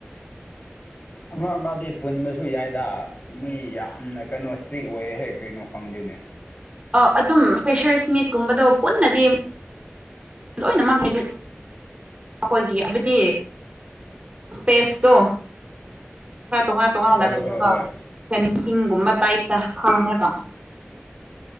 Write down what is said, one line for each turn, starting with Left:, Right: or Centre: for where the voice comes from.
Left: ꯑꯃ ꯑꯃꯗꯤ ꯄꯨꯟꯕꯁꯨ ꯌꯥꯏꯗ ꯃꯤ ꯌꯥꯝꯅ ꯀꯩꯅꯣ ꯏꯁꯇ꯭ꯔꯤꯛ ꯑꯣꯏꯌꯦ ꯍꯦꯛ ꯀꯩꯅꯣ ꯈꯪꯗꯦꯅꯦ
Right: ꯑ ꯑꯗꯨꯝ ꯐꯦꯁꯔ ꯏꯁꯃꯤꯠꯀꯨꯝꯕꯗꯣ ꯄꯨꯟꯅꯗꯤ ꯂꯣꯏꯅꯃꯛ ꯑꯩꯈꯣꯏꯒꯤ ꯍꯥꯏꯕꯗꯤ ꯎꯝꯦꯁꯇꯣ ꯈꯔ ꯇꯣꯉꯥꯟ ꯇꯣꯉꯥꯟꯅ
Left: ꯍꯣꯏ
Right: ꯄꯤꯅꯕ
Left: ꯍꯣꯏ ꯍꯣꯏ
Right: ꯁꯤꯡꯒꯨꯝꯕ ꯇꯥꯏꯞꯇ ꯐꯪꯅꯕ